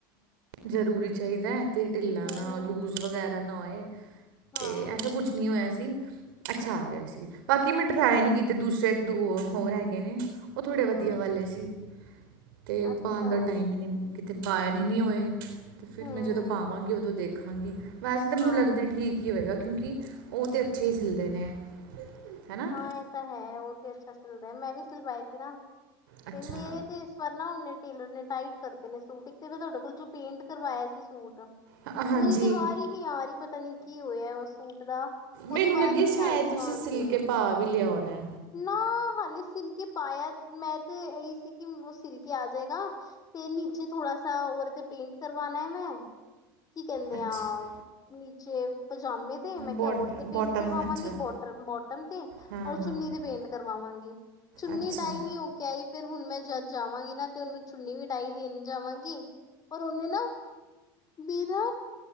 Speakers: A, on the right (about 80°); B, on the left (about 35°).
A: ਜ਼ਰੂਰੀ ਚਾਹੀਦਾ ਹੈ ਤੇ ਢਿੱਲਾ
B: ਹੂੰ
A: ਨਾ
B: ਹੂੰ
A: ਲੂਜ ਵਗੈਰਾ ਨਾ ਹੋਏ
B: ਹਾਂ
A: ਤੇ ਐਸਾ ਕੁਛ ਨਹੀਂੀ ਹੋਇਆ ਸੀ ਅੱਛਾ ਆ ਗਿਆ ਸੀ ਬਾਕੀ ਮੈਂ ਟਰਾਏ ਨਹੀਂੀ ਕੀਤੇ ਦੂਸਰੇ ਦੋ ਹੋਰ ਹੈਗੇ ਨੇ ਉਹ ਥੋੜ੍ਹੇ
B: ਹੂੰ
A: ਵਧੀਆ
B: ਹੂੰ
A: ਵਾਲੇ ਸੀ ਅਤੇ ਉਹ
B: ਅੱਛਾ
A: ਪਾਉਣ ਦਾ ਟਾਈਮ ਹੀ ਨਹੀਂ ਕਿਤੇ ਪਾਇਆ ਨਹੀਂ ਨਹੀਂ ਹੋਏ ਅਤੇ ਫਿਰ
B: ਹੂੰ
A: ਮੈਂ ਜਦੋਂ ਪਾਵਾਂਗੀ ਉਦੋਂ ਦੇਖਾਂਗੀ ਵੈਸੇ ਤਾਂ ਮੈਨੂੰ
B: ਹਾਂ
A: ਲੱਗਦਾ ਠੀਕ ਕੀ ਹੋਵੇਗਾ ਕਿਉਂਕਿ ਉਹ ਤਾਂ ਅੱਛੇ ਹੀ ਸਿਲਦੇ ਨੇ ਹੈਨਾ
B: ਹਾਂ ਇਹ ਤਾਂ ਹੈ ਉਹ ਤੇ ਅੱਛਾ ਸਿਲਦਾ ਮੈਂ ਵੀ ਸਿਲਵਾਏ ਸੀ ਨਾ
A: ਅੱਛਾ
B: ਤੇ ਮੇਰੇ ਤੇ ਇਸ ਵਾਰ ਨਾ ਨੇ ਟੇਲਰ ਨੇ ਟਾਈਟ ਕਰਤੇ ਨੇ ਸੂਟ ਇੱਕ ਤੇ ਮੈਂ ਤੁਹਾਡੇ ਕੋਲ ਜੋ ਪੇਂਟ ਕਰਵਾਇਆ ਸੀ ਸੂਟ
A: ਹਾਂ- ਹਾਂਜੀ
B: ਉਹਦੀ ਤੇ ਵਾਰ ਹੀ ਨਹੀਂੀ ਆ ਰਹੀ ਪਤਾ ਨੀ ਕੀ ਹੋਇਆ ਉਹ ਸੂਟ ਦਾ ਉਹਦੀ
A: ਮੈਨੂੰ
B: ਵਾਰ
A: ਲੱਗਿਆ
B: ਹੀ ਨਹੀਂੀ
A: ਸ਼ਾਇਦ
B: ਆ ਰਹੀ
A: ਤੁਸੀਂ
B: ਪਾਉਣ
A: ਸਿਲਕੇ
B: ਦੀ
A: ਭਾਅ ਵੀ ਲਿਆਉਣਾ
B: ਨਾ ਹਾਲੇ ਸਿਲਕੇ ਪਾਇਆ ਮੈਂ ਤੇ ਇਹੀ ਸੀ ਕਿ ਉਹ ਸਿਲਕੇ ਆ ਜਾਏਗਾ ਤੇ ਨੀਚੇ ਥੋੜਾ ਸਾ ਦੇ ਤੇ ਪੇਂਟ ਕਰਵਾਣਾ ਹੈ ਮੈਂ ਕੀ ਕਹਿੰਦੇ
A: ਅੱਛਾ
B: ਆ ਨੀਚੇ ਪਜਾਮੇ ਤੇ ਮੈਂ ਕਿਹਾ
A: ਬੋਡ
B: ਹੋਰ ਤੇ ਪੇਂਟ
A: ਬੋਟਮ
B: ਕਰਵਾਵਾਂਗੀ
A: ਅੱਛਾ
B: ਬੋਟ ਬੋਟਮ ਤੇ
A: ਹਾਂ
B: ਔਰ
A: ਹਾਂ
B: ਚੁੰਨੀ ਦੇ ਪੇਂਟ ਕਰਵਾਵਾਂਗੇ ਚੁੰਨੀ
A: ਅੱਛਾ
B: ਡਾਈ ਨਹੀਂੀ ਹੋ ਕ ਹੀ ਫਿਰ ਹੁਣ ਮੈਂ ਜਦ ਜਾਵਾਂਗੀ ਨਾ ਤੇ ਉਹਨੂੰ ਛੁਨੀ ਵੀਟਾਈ ਦੇਣ ਜਾਵਾਂਗੀ ਔਰ ਉਹਨੇ ਨਾ ਬੀਬੋ